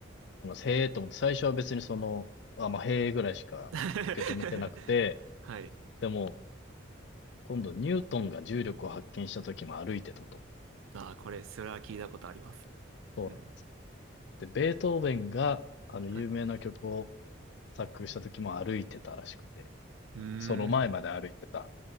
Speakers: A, on the left; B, on the right.
A: このへえと思って、最初は別にその、あ、まあ、へえぐらいしか受け止めてなくて、
B: <laughs> はい。
A: でも、今度ニュートンが重力を発見した時も歩いてたと。
B: あー、これ、それは聞いたことあります。
A: そうなんです。
B: うん。
A: で、ベートーベンが、あの、有名な曲を
B: はい。
A: 作曲した時も歩いてたらしくて、
B: うー
A: その前まで歩いてた。
B: ん。